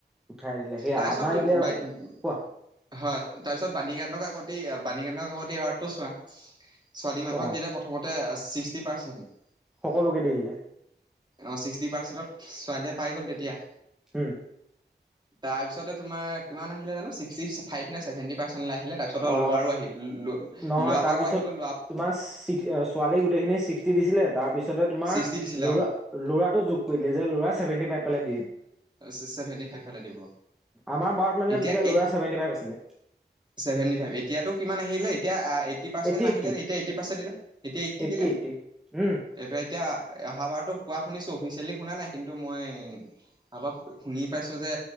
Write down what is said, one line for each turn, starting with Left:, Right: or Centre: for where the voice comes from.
Centre: উঠাই দিলে সেই
Right: তাৰছত
Centre: আমাৰ
Right: তোৰ
Centre: এতিয়া
Right: বাই হয়
Centre: কোৱা
Right: তাৰ পিছত বাণীকান্তক কাকতি বাণীকান্ত কাকতি এৱাৰ্ডটো চোৱা ছোৱালী মানুহক
Centre: অ
Right: দিলে প্ৰথ মতে ছিক্সটি পাৰ্চেণ্ট
Centre: সকলোকে দি দিলে
Right: অ ছিক্সটি পাৰ্চেন্টত ছোৱালীয়ে পাই গ'ল তেতিয়া
Centre: উম
Right: তাৰপিছতে তোমাৰ কিমান আহিলে জানো ছিক্সটি ফাইভ নে চেভেণ্টি পাৰ্চেণ্ট লৈ আহিলে তাৰপিছত তে
Centre: অ
Right: ল'ৰাৰো আহি ল' ল'
Centre: নহয়
Right: ল'ৰাৰ‌
Centre: তাৰপিছত
Right: ভাগৰো আহি গ'ল ল'ৰা
Centre: তোমাৰ ছিকচ‌ ছোৱালী গোটেইখিনি ছিক্সটি দিছিলে তাৰপিছতে তোমাৰ
Right: ছিক্সটি দিছিলে
Centre: ল'ৰা
Right: অ'
Centre: ল'ৰাটো যোগ কৰি দিলে যে ল'ৰা ছেভেন্টি ফাইভ পালে দি দিম
Right: চে চেভেনটি ফাইভ পালে দিব
Centre: আমাৰ বাৰত মানে
Right: এতিয়া
Centre: তেতিয়া
Right: এ
Centre: ল'ৰা ছেভেণ্টি ফাইভ আছিলে
Right: ছেভেণ্টি ফাইভ এতিয়াতো কিমান আহিলে এতিয়া আ এইটি পাৰ্চেন্ট
Centre: এইট্টি
Right: আহিলে
Centre: এইট্টি
Right: এতিয়া এইটি পাৰ্চেন্ট দিলে, এতিয়া এইটি
Centre: এইট্টি
Right: দিলে
Centre: এইট্টি উম
Right: এইবাৰ এতিয়া অহা বাৰতো কোৱা শুনিছো অফিচিয়েলি শুনা নাই কিন্তু মই অলপ শুনি পাইছো যে